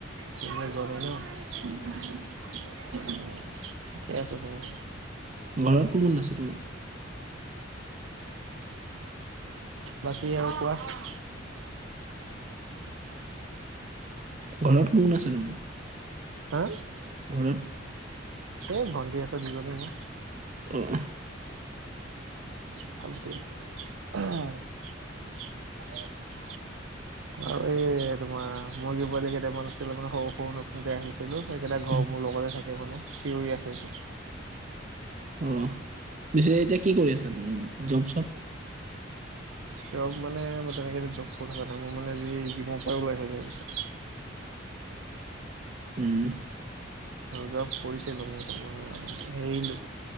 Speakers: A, on the right (about 80°); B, on the right (about 40°).
A: ড্ৰীম লৈ যোৱা নাই ন, উম ঠিকে আছে তেনেহ'লে।
B: ঘৰত কোন কোন আছে তোমাৰ?
A: বাকী আৰু কোৱা।
B: ঘৰত কোন কোন আছে তোমাৰ?
A: হা
B: ঘৰত
A: এই ভণ্টী আছে দুজনী মোৰ।
B: উম
A: কথা পাতি আছে অ'। <unintelligible> আৰু এই তোমাৰ মুৰ্গী পোৱালি কেইটামান আছে মানে সৰু সৰু ন। যে আনিছিলো সেইকেইটা ঘৰ
B: উম
A: মোৰ লগতে থাকে মানে চিঞৰি আছে এতিয়া।
B: অহ' পিছে এতিয়া কি কৰি আছা তুমি জব চব?
A: জব মানে মই তেনেকৈ জব কৰি থকা নাই মোৰ মানে যি জিমৰ পৰাই ওলাই থাকে অ পিছে
B: উম
A: জব কৰিছিলো মই তোমাৰ এৰিলো